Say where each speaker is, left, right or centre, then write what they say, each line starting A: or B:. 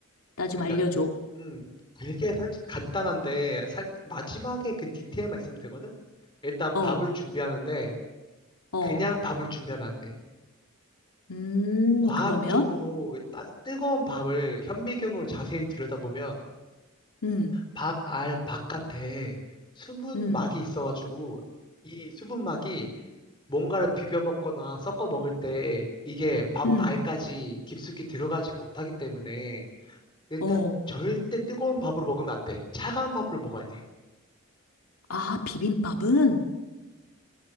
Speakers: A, on the left (about 85°); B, on the left (about 20°).
A: 나 좀
B: 그러니까,
A: 알려줘.
B: 음, 되게 살, 간단한데, 살, 마지막에 그 디테일만 있으면 되거든? 일단
A: 어,
B: 밥을 준비하는데,
A: 어.
B: 그냥 밥을 준비하면 안 돼.
A: 음,
B: 과학적으로
A: 그러면?
B: 왜 따, 뜨거운 밥을 현미경으로 자세히 들여다보면
A: 음,
B: 밥알 바깥에 수분막이
A: 음,
B: 있어가지고 이 수분막이 뭔가를 비벼 먹거나 섞어 먹을 때 이게 밥
A: 음.
B: 알까지 깊숙이 들어가지 못하기 때문에 일단
A: 어.
B: 절대 뜨거운 밥으로 먹으면 안 돼. 차가운 밥으로 먹어야 돼.
A: 아, 비빔밥은?